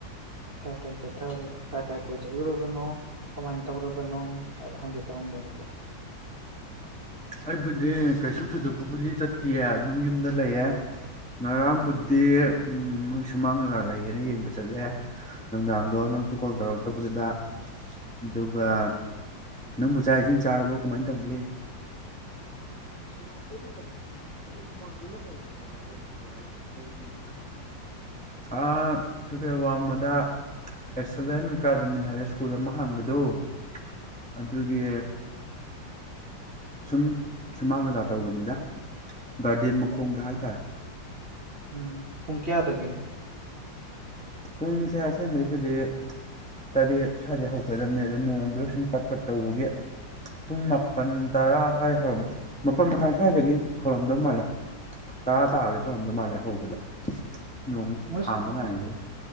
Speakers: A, on the right; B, in the centre.
A: ꯀꯥꯏ ꯀꯥꯏ ꯆꯠꯊ ꯀꯥꯏ ꯀꯥꯏ ꯀꯣꯏ ꯆꯠꯂꯨꯔꯕꯅꯣ ꯀꯃꯥꯏꯅ ꯇꯧꯔꯕꯅꯣ ꯍꯥꯏꯅ ꯍꯪꯒꯦ ꯇꯧꯔꯝꯕꯅꯤꯗ
B: ꯑꯩꯕꯨꯗꯤ ꯀꯩꯁꯨ ꯊꯣꯏꯗꯣꯛꯄꯕꯨꯗꯤ ꯆꯠ ꯇꯤꯌꯦ ꯑꯗꯨꯝ ꯌꯨꯝꯗ ꯂꯩꯌꯦꯦ ꯉꯔꯥꯡꯕꯨꯗꯤ ꯎꯝ ꯃꯣꯏ ꯁꯨꯃꯥꯡ ꯂꯤꯂꯥ ꯂꯩꯌꯦꯅ ꯌꯦꯡꯕ ꯆꯠꯂꯦ ꯅꯨꯡꯗꯥꯡꯗꯣ ꯅꯪꯁꯨ ꯀꯣꯜ ꯇꯧꯔꯛꯇꯕꯗꯨꯗ ꯑꯗꯨꯒ ꯅꯪꯕꯨ ꯆꯥꯛ ꯏꯁꯤꯡ ꯆꯥꯔꯕꯣ ꯀꯃꯥꯏ ꯇꯧꯒꯦ ꯆꯥꯗꯔꯤꯗ ꯑꯗꯨ ꯁꯨꯃꯥꯡ ꯂꯤꯂ ꯍꯥꯏꯗꯤ ꯀꯋꯥꯏꯗꯣꯏꯅꯣ ꯀꯥꯏꯗꯣꯏꯅꯣ ꯀꯔꯤꯒꯤꯅꯣ ꯑꯥ ꯇꯨꯔꯦꯜ ꯋꯥꯡꯃꯗ ꯑꯦꯛꯁꯂꯦꯟ ꯑꯦꯀꯥꯗꯃꯤ ꯍꯥꯏꯅ ꯁ꯭ꯀꯨꯜ ꯑꯃ ꯍꯥꯡꯕꯗꯣ ꯑꯗꯨꯒꯤ ꯁꯨꯝ ꯁꯨꯃꯥꯡ ꯂꯤꯂꯥ ꯇꯧꯕꯅꯤꯗ ꯒꯥꯔꯗꯦꯟ ꯃꯈꯣꯡꯗ ꯍꯥꯏꯇꯥꯔꯦ
A: ꯎꯝ ꯄꯨꯡ ꯀꯌꯥꯗꯒꯤ
B: ꯄꯨꯡꯁꯦ ꯑꯁꯦꯡꯕꯩꯕꯨꯗꯤ ꯇꯔꯦꯠ ꯁ꯭ꯋꯥꯏꯗꯩ ꯍꯧꯒꯗꯕꯅꯦ ꯑꯗꯨ ꯅꯣꯡꯗꯨ ꯁꯨꯝ ꯄꯠ ꯄꯠ ꯇꯧꯕꯒꯤ ꯄꯨꯡ ꯃꯥꯄꯜ ꯇꯔꯥ ꯁ꯭ꯋꯥꯏ ꯍꯧ ꯃꯥꯄꯜ ꯃꯈꯥꯏ ꯁ꯭ꯋꯥꯏꯗꯒꯤ ꯍꯧꯔꯝꯗꯧ ꯃꯥꯜꯂꯦ ꯇꯔꯥ ꯇꯥꯔꯒꯦ ꯇꯧꯔꯝꯗꯧ ꯃꯥꯜꯂꯦ ꯍꯧꯕꯗ ꯅꯣꯡꯃꯨꯛ
A: ꯃꯣꯏ
B: ꯍꯥꯡꯕ ꯉꯥꯏꯂꯔꯣꯏꯁꯦ